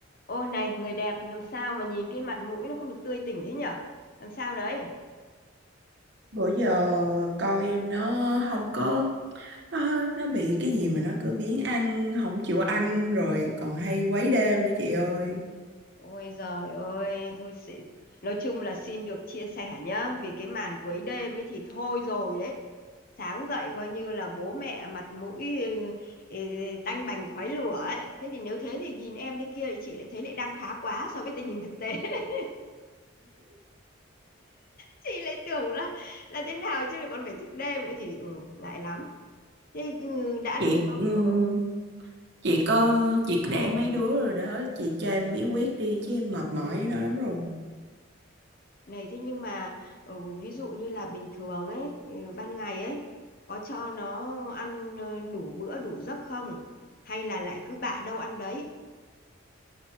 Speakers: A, on the left; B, on the right.
A: Ô này người đẹp làm sao mà nhìn cái mặt mũi nó không được tươi tỉnh thế nhở làm sao đấy
B: bữa giờ con em nó không có nó, nó bị cái gì mà nó cứ biếng ăn không chịu ăn rồi còn hay quấy đêm nữa chị ơi
A: ôi giời ơi thôi sẽ... nói chung là xin được chia sẻ nhá vì cái màn quấy đêm ấy thì thôi rồi đấy sáng dậy coi như là bố mẹ mặt mũi ừ, ừ, tanh bành khói lửa ấy thế thì nếu thế thì nhìn em thế kia thì chị lại thấy lại đang khá quá so với tình hình thực tế <laughs> chị lại tưởng là là thế nào chứ lại còn phải thức đêm nữa thì ừ, ngại lắm thế ừ, đã
B: chị
A: đi
B: ừm,
A: ừ.
B: chị có chị để mấy đứa rồi đó chị cho em bí quyết đi chứ em mệt mỏi với nó lắm rồi
A: Này thế nhưng mà ừ, ví dụ như là bình thường ấy, ừ, ban ngày ấy có cho nó ăn ờ, đủ bữa đủ giấc không? Hay là lại cứ bạ đâu ăn đấy?